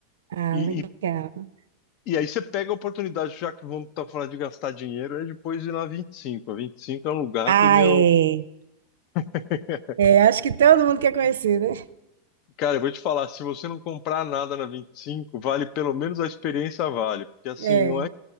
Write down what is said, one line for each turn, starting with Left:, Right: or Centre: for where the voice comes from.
Right: Ah,
Left: E,
Right: legal.
Left: e, e aí você pega a oportunidade, já que vamos estar falando de gastar dinheiro, é depois ir na 25. A 25 é um lugar
Right: Ah,
Left: que, meu.
Right: é.
Left: <laughs>
Right: É, acho que todo mundo quer conhecer, né?
Left: Cara, eu vou te falar, se você não comprar nada na 25 vale pelo menos a experiência vale, porque assim,
Right: É.
Left: não é,